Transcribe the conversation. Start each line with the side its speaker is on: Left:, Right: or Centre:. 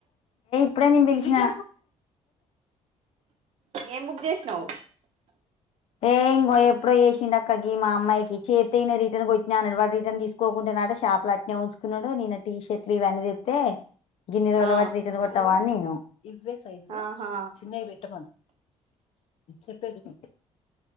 Left: అప్పుడే నేను పిలిచినా
Right: ఏం బుక్ చేసినవ్
Left: ఏ ఇంగో ఎప్పుడో చేసి చిన్నక్కకి మా అమ్మాయికి చేస్తే నేను రిటర్న్ కొట్టినా అన్నడు రిటర్న్ తీసుకోకుండేనట షాప్ లో అట్నే ఉంచుకున్నాడు నిన్న టీషర్ట్లు ఇవన్నీ తేస్తే గిన్నెరుల
Right: ఆ
Left: పట్టి రిటర్న్ కొట్టావాన్ని ఆ ఇవే సైజు
Right: ఆహా
Left: చిన్నవి పెట్టమను చెప్పేదివిను